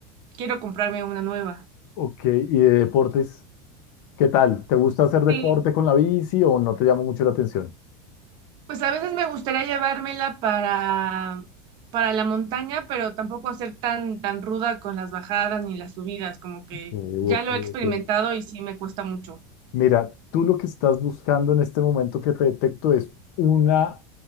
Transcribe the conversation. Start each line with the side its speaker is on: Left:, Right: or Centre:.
Right: quiero comprarme una nueva.
Left: Ok, ¿y de deportes? ¿Qué tal? ¿Te gusta hacer deporte
Right: Sí.
Left: con la bici o no te llama mucho la atención?
Right: Pues a veces me gustaría llevármela para, para la montaña, pero tampoco hacer tan, tan ruda con las bajadas ni las subidas, como que
Left: Ok,
Right: ya
Left: ok,
Right: lo he experimentado
Left: ok.
Right: y sí me cuesta mucho.
Left: Mira, tú lo que estás buscando en este momento que te detecto es una